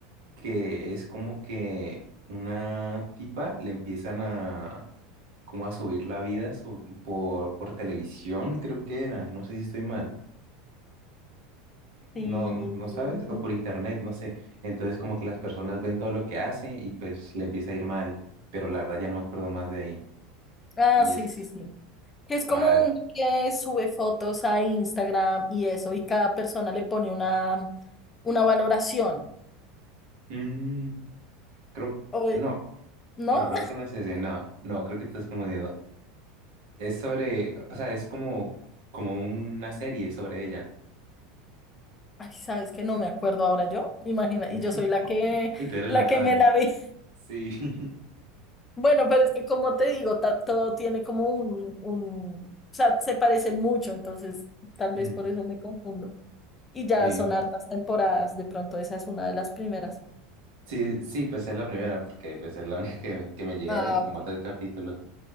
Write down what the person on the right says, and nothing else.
que es como que una tipa le empiezan a como a subir la vida su- por, por televisión, creo que era, no sé si estoy mal, no,
no sabes, o por internet, no sé. Entonces como que las personas ven todo lo que hace y pues le empieza a ir mal, pero la verdad ya no me acuerdo más de ahí.
Y
es
mal.
Mm, creo,
no.
No, creo que no es ese, no, no, creo que te estás confundiendo. Es sobre, o sea, es como, como una serie sobre ella.
<laughs>
Y tú eres
la fan.
Sí. <laughs>
Mm,
Sí.
Sí, sí, pues es la primera, porque pues es la única que, que me llegué
a ver y como
tres capítulos.